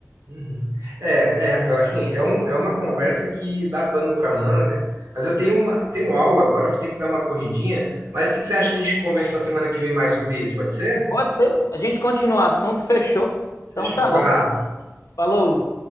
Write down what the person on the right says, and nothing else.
Uhum. É, é, Rafael, assim, é, um, é uma conversa que dá pano para manga, mas eu tenho uma, eu tenho aula agora, vou ter que dar uma corridinha, mas o que que você acha de a gente conversar semana que vem mais sobre isso? Pode ser?
Fechou,
um abraço.